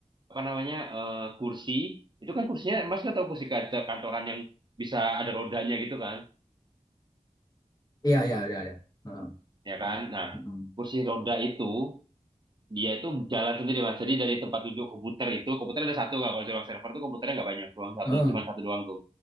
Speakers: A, on the right; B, on the left.
A: apa namanya eh, kursi itu kan kursinya Mas kan tahu kursi kant- kantoran yang bisa ada rodanya gitu kan,
B: Iya, iya, ada, ada. Heeh.
A: ya kan? Nah,
B: mm
A: kursi roda itu dia itu jalan sendiri Mas. Jadi dari tempat duduk komputer itu komputer ada satu kan kalau di ruang server tuh komputernya nggak banyak, ruang satu
B: Heeh.
A: cuma satu doang tuh.